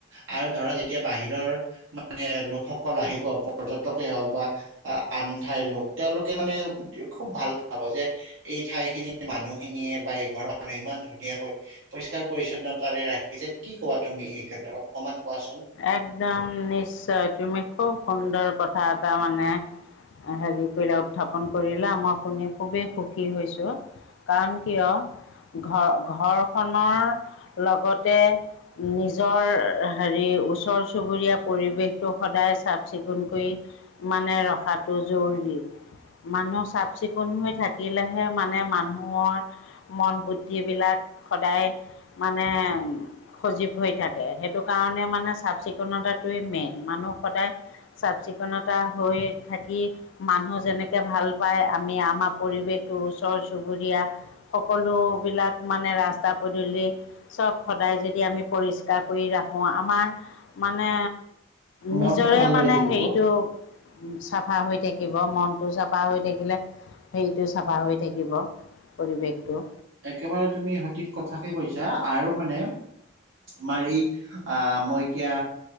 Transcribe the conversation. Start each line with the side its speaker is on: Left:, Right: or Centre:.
Right: আৰু ধৰা এতিয়া বাহিৰৰ মানে লোকসকল আহিব পৰ্যটকেই হওক বা আন ঠাইৰ লোক তেওঁলোকে মানে খুব ভাল পাব যে এই ঠাইখিনি মানুহখিনিয়ে বা এইঘৰৰ মানুহে ইমান ধুনীয়াকৈ পৰিষ্কাৰ পৰিচ্ছন্নতাৰে ৰাখিছে কি ক'বা তুমি এই ক্ষেত্ৰত অকমান কোৱাচোন?
Left: একদম নিশ্চয় তুমি খুব সুন্দৰ কথা এটা মানে হেৰি কৰিলা উত্থাপন কৰিলা মই শুনি খুবেই সুখী হৈছো কাৰণ কিয় ঘৰ ঘৰখনৰ লগতে নিজৰ হেৰি ওচৰ চুবুৰীয়া পৰিৱেশটো সদায় চাফ চিকুণ কৈ মানে ৰখাটো জৰুৰী মানুহ চাফ চিকুণ হৈ থাকিলেহে মানে মানুহৰ মন বুদ্ধি বিলাক সদায় মানে সজীৱ হৈ থাকে সেইটো কাৰণে মানে চাফ চিকুণতাটোৱেই মেইন মানুহ সদায় চাফ চিকুণতা হৈ থাকি মানুহ যেনেকে ভাল পায় আমি আমাৰ পৰিৱেশটো ওচৰ চুবুৰীয়া সকলোবিলাক মানে ৰাস্তা পদূলি চব সদায় যদি আমি পৰিষ্কাৰ কৰি ৰাখো আমাৰ মানে
Right: মনটো
Left: নিজৰে
Right: ভাল লাগি
Left: মানে
Right: থাকিব
Left: হেৰিটো উ চাফা হৈ থাকিব মনটো চাফা হৈ থাকিলে হেৰিটো চাফা হৈ থাকিব পৰিৱেশটো
Right: একেবাৰে তুমি সঠিক কথাকে কৈছা আৰু মানে আমাৰ এই অ মই এতিয়া